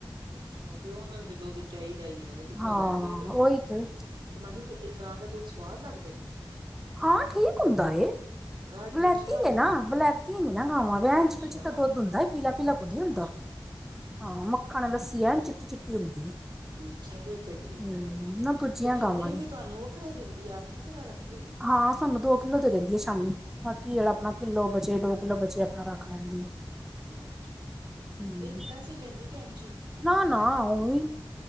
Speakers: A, on the right; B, in the centre.
A: ਅੱਛਾ ਫਿਰ ਉਹਨੂੰ ਵੀ ਦੁੱਧ ਚਾਹੀਦਾ ਹੀ ਨਾ ਕਿੱਥੋਂ
B: ਹਾਂ
A: ਲੈਣ ਜਾ ਚਲੋਂ
B: ਉਹੀ ਤੇ
A: ਤੇ ਮਨੀ ਗਾਂ ਦਾ ਦੁੱਧ ਸਵਾਦ ਲੱਗਦਾ
B: ਹਾਂ ਠੀਕ ਹੁੰਦਾ ਏ।
A: ਗਾਡ
B: ਵਲੈਤੀ
A: ਦੂਜੀਆਂ ਹੋਣੀਆਂ
B: ਨੇ ਨਾ ਵਲੈਤੀ ਹੀ ਨਾ ਐ
A: ਅੱਛਾ।
B: ਚਿੱਟਾ ਚਿੱਟਾ ਦੁੱਧ ਹੁੰਦਾ ਪੀਲਾ ਪੀਲਾ ਕੋਈ ਨਹੀਂ ਹੁੰਦਾ।
A: ਅੱਛਾ
B: ਹਾਂ ਮੱਖਣ ਨਾਲ ਲੱਸੀ ਹੈ ਚਿੱਟੀ ਚਿੱਟੀ ਹੁੰਦੀ ਹੈ।
A: ਅੱਛਾ ਫਿਰ ਤੇ ਠੀਕ
B: ਹਮ
A: ਹੈ
B: ਨਾ ਦੂਜੀਆਂ ਗਾਵਾਂ
A: ਨਹੀਂ
B: ਨੇ
A: ਤੁਹਾਨੂੰ ਵੱਖਰਾ ਦਿੰਦੀ ਆ ਆਪ ਵੱਖਰਾ ਰੱਖਦੇ ਨੇ
B: ਹਾਂ ਸਾਨੂੰ ਦੋ ਕਿੱਲੋ ਦੇ ਦਿੰਦੀਏ ਸ਼ਾਮੀ ਬਾਕੀ ਆਪਣਾ ਕਿੱਲੋ ਬਚੇ ਦੋ ਕਿੱਲੋ ਬਚੇ ਆਪਣਾ ਰੱਖ ਲੈਂਣ ਹੈ
A: ਅੱਛਾ
B: ਹਮ
A: ਨਹੀਂ ਤੇ ਪੈਸੇ ਲੈਂਦੀ ਕ ਐਣ ਜੀ
B: ਨਾ ਨਾ ਓਨ